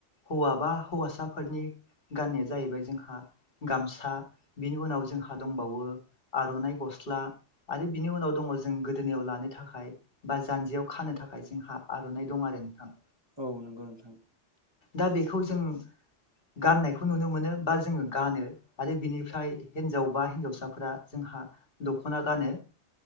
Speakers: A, on the left; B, on the right.
A: हौवा बा हौवासाफोरनि गाननाया जाहैबाय जोंहा गामसा बिनि उनाव जोंहा दंबावो आर'नाइ गस्ला आरो बिनि उनाव दङ जों गोदोनायाव लानो थाखाय बा जानजियाव खानो थाखाय जोंहा आर'नाइ दं आरो नोंथां।
B: औ नंगौ नोंथां
A: दा बेखौ जों गाननायखौ नुनो मोनो बा जोंङो गानो आरो बिनिफ्राय हिनजाव बा हिन्जावसाफोरा जोंहा दख'ना गानो